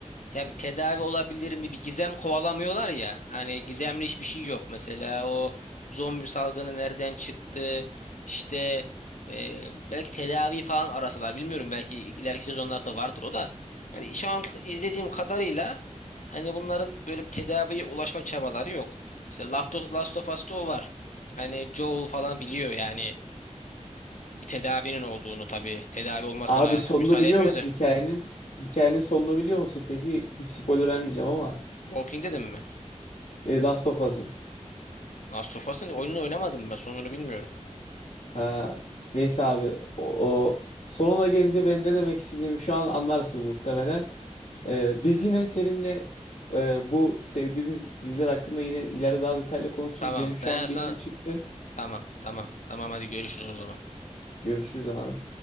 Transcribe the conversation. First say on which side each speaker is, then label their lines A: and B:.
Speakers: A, on the left; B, on the left.
A: Ya bir tedavi olabilir mi? Bir gizem kovalamıyorlar ya. Hani gizemli hiçbir şey yok. Mesela o zombi salgını nereden çıktı? İşte e, belki tedavi falan arasalar. Bilmiyorum belki ileriki sezonlarda vardır o da. Yani şu an izlediğim kadarıyla hani bunların böyle bir tedaviye ulaşma çabaları yok. Mesela Last of Last of Us'ta o var. Hani Joel falan biliyor yani bir tedavinin olduğunu tabii. Tedavi olmasına
B: Abi sonunu
A: müsaade
B: biliyor
A: etmiyor
B: musun
A: da.
B: hikayenin? Hikayenin sonunu biliyor musun? Peki hiç spoiler vermeyeceğim ama
A: Walking dedim mi?
B: e, Last of Us'ın.
A: Last of Us'ın oyununu oynamadım ben sonunu bilmiyorum.
B: Ha, neyse abi o, o sonuna gelince benim ne demek istediğimi şu an anlarsın muhtemelen. Ee, biz yine seninle e, bu sevdiğimiz diziler hakkında yine ileride daha detaylı konuşuruz.
A: Tamam
B: Benim şu
A: ben
B: an
A: sana
B: bir işim çıktı.
A: tamam tamam tamam hadi görüşürüz o zaman.
B: Görüşürüz abi.